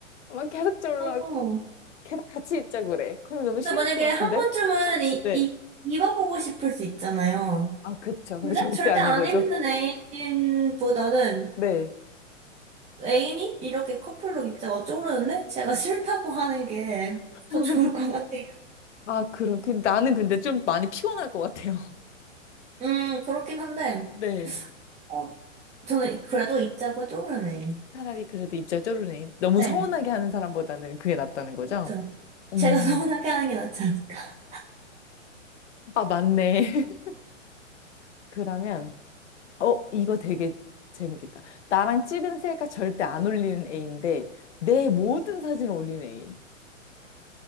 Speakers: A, on the left; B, on the right.
A: 막 계속 졸라
B: 어,
A: 계속 같이 입자 그래. 그럼 너무
B: 근데
A: 싫을
B: 만약에
A: 것 같은데?
B: 한 번쯤은 이,
A: 네.
B: 이, 입어보고 싶을 수 있잖아요.
A: 아 그쵸. 근데
B: 근데
A: 절대
B: 절대
A: 안
B: 안
A: 입어줘.
B: 입는 애인보다는
A: 네.
B: 애인이 이렇게 커플룩 입자 어쩌려는데 제가 싫다고 하는 게
A: <laughs>
B: 더 좋을 것 같아요.
A: 아, 그럼. 근 나는 근데 좀 많이 피곤할 것 같아요.
B: 음,
A: <laughs>
B: 그렇긴 한데,
A: 네.
B: 어, 저는 그래도 입자고 쪼르는 애인.
A: 차라리 그래도 입자 쪼르르니. 너무
B: 네,
A: 서운하게 하는 사람보다는 그게 낫다는 거죠?
B: 그렇죠.
A: 음.
B: 제가 서운하게 하는 게 낫지 않을까.
A: 아, 맞네. <laughs> 그러면, 어, 이거 되게 재밌겠다. 나랑 찍은 셀카 절대 안 올리는 애인데, 내 모든 사진을 올리는 애인.